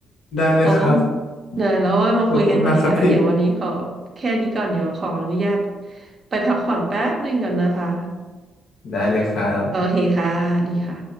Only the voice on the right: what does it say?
โอ้นะแล้วเอามาคุยกันใหม่นะคะเดี๋ยววันนี้ขอแค่นี้ก่อนเดี๋ยวขออนุญาต
ไปพักผ่อนแป๊บหนึ่งก่อนนะคะ
โอเคค่ะดีค่ะ